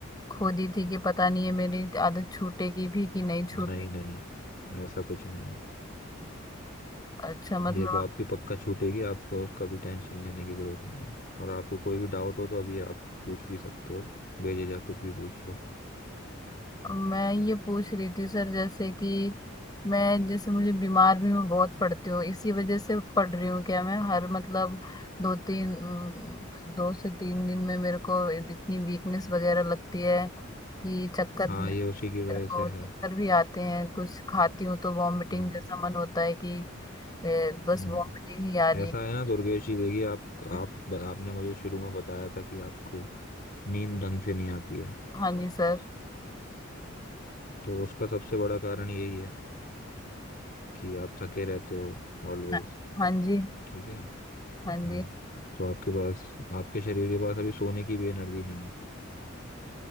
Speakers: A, on the left; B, on the left.
A: खो दी थी कि पता नहीं है मेरी आदत छूटेगी भी कि नहीं छूटेगी
B: नहीं नहीं ऐसा कुछ नहीं है
A: अच्छा मतलब
B: ये तो आपकी पक्का छूटेगी आपको उसका भी टेंशन लेने की जरूरत नहीं है और आपको कोई भी डाउट हो तो अभी आप पूछ भी सकते हो बेझिझक कुछ भी पूछ लो
A: मैं ये पूछ रही थी सर जैसे कि मैं जैसे मुझे बीमार भी मैं बहुत पड़ती हूँ इसी वजह से पड़ रही हूँ क्या मैं हर मतलब दो तीन अम, दो से तीन दिन में मेरे को इतनी वीकनेस वगैरह लगती है कि चक्कर भी
B: हाँ
A: मेरे
B: ये उसी की वजह
A: को
B: से
A: चक्कर
B: है
A: भी आते हैं कुछ खाती हूँ तो वॉमिटिंग
B: हाँ
A: जैसा मन होता है कि ए, बस
B: हम्म
A: वॉमिटिंग ही आ रही
B: ऐसा है ना दुर्गेश जी देखिए आप
A: है
B: आप आपने मुझे शुरू में बताया था कि आपको नींद ढंग से नहीं आती है
A: हाँ जी सर
B: तो उसका सबसे बड़ा कारण यही है कि आप थके रहते हो ऑलवेज
A: हाँ हाँ जी
B: ठीक है हाँ
A: हाँ जी
B: तो आपके पास आपके शरीर के पास अभी सोने की भी एनर्जी नहीं है